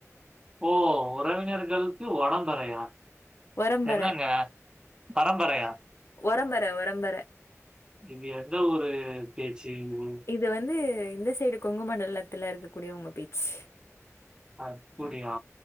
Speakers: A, on the right; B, on the left.
A: ஓ உறவினர்களுக்கு உடம்பறையா
B: ஒரம்பர
A: என்னாங்க பரம்பரையா
B: உரம்பர உரம்பர
A: இது எந்த ஊரு பேச்சு ங்க இது
B: இது வந்து இந்த சைடு கொங்கு மண்டலத்துல இருக்கக் கூடியவங்க பேச்சு
A: அப்புடியா
B: ம்.